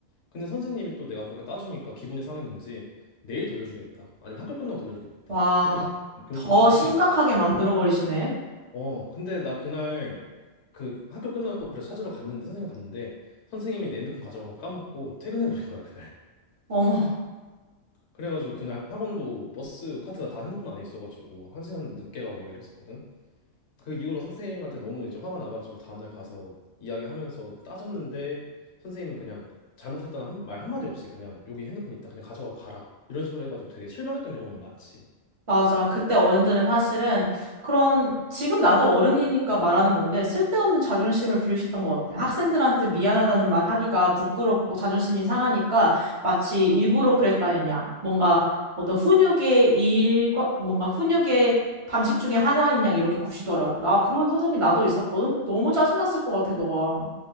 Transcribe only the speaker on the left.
근데 선생님이 또 내가 그렇게 따지니까 기분이 상했는지 내일 돌려주겠다. 아니면 학교 끝나고 돌려주겠다.
이렇게 막 교무실로
가버린
거래. 예.
어, 근데 나 그날 그 학교 끝나고 그래 찾으러 갔는데 선생님 갔는데 선생님이 내 핸드폰 가져간 거 까먹고 퇴근해버린 거야, 그날.
그래가지고 그날 학원도 버스 카드가 다 핸드폰 안에 있어가지고 한 시간 늦게 가고 막 이랬었거든. 그 이후로 선생님한테 너무 이제 화가 나가지고 다음날 가서 이야기하면서 따졌는데 선생님은 그냥 잘못했다는 한, 말 한마디 없이 그냥 여기 핸드폰 있다 그냥 가져가고 가라 이런 식으로 해가지고 되게 실망했던 경험이 많지.